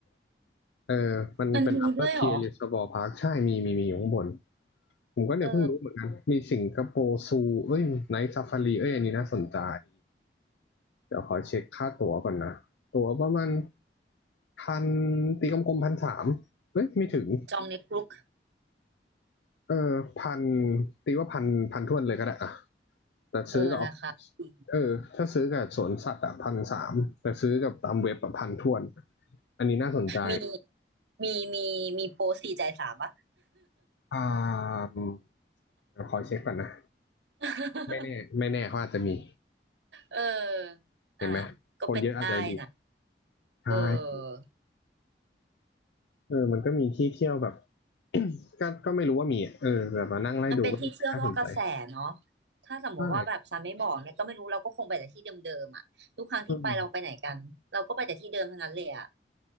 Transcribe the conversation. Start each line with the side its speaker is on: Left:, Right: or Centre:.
Left: ำเออมันเป็น
Right: มันมีด้วยเหรอ
Left: upper pier reservoir park ใช่มีมีมีอยู่ข้างบนผมก็เนี่ยเพิ่งรู้เหมือนกันมีสิงคโปร์ซูเอ้ยไนท์ซาฟารีเอ้ยอันนี้น่าสนใจ
Right: เออ
Left: เดี๋ยวขอเช็คค่าตั๋วก่อนนะตั๋วประมาณพันตีกลมๆพันสามเอ้ยไม่ถึง
Right: จองในกรุ๊ป
Left: เออพันตีว่าพันพันท้วนเลยก็ได้อะแต่ซื้อกับ
Right: เออราคาดี
Left: Office เออถ้าซื้อกับสวนสัตว์อะพันสามแต่ซื้อกับตามเว็บอะพันท้วนอันนี้น่าสนใจ
Right: มีมีมีมีโปรสี่จ่ายสามปะ
Left: อ่าเดี๋ยวคอยเช็คก่อนนะ
Right: <laughs>
Left: ไม่แน่ไม่แน่เขาอาจจะมี
Right: เอออ่ะ
Left: เห็นไหมคนเยอะอาจจะดี
Right: ก็เป็นได้นะ
Left: ใช่
Right: เออ
Left: เออมันก็มีที่เที่ยวแบบ <coughs> ก็ก็ไม่รู้ว่ามีอะเออแบบมานั่งไล่ดูก็น่าสนใจ
Right: มันเป็นที่เที่ยวนอกกระแสเนาะถ้าสมมติว่าแบบซันไม่บอกเนี่ยก็ไม่รู้เราก็คงไปแต่ที่เดิมๆอ่ะทุกครั้งที่ไปเราไปไหนกันเราก็ไปแต่ที่เดิมทั้งนั้นเลยอ่ะ
Left: ใช่อืม